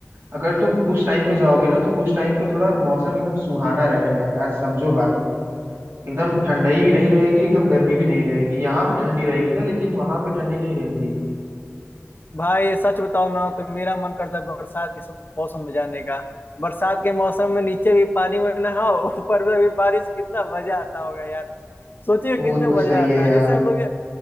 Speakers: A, on the right (about 55°); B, on the left (about 45°).
A: अगर तुम उस टाइम पे जाओगे ना तो उस टाइम पे थोड़ा मौसम एकदम सुहाना रहेगा यार समझो बात को एकदम ठंडाई भी नहीं रहेगी एकदम गर्मी भी नहीं रहेगी यहाँ पे ठंडी रहेगी ना लेकिन वहां पे ठंडी नहीं रहेगी
B: भाई सच बताओ ना तो मेरा मन करता है बरसात के सब- मौसम में जाने का बरसात के मौसम में नीचे भी पानी में नहाओ ऊपर में भी बारिश कितना मजा आता होगा यार सोचिए
A: वो
B: कितना
A: तो
B: मजा
A: सही
B: आता
A: है यार
B: है जैसे हम लोग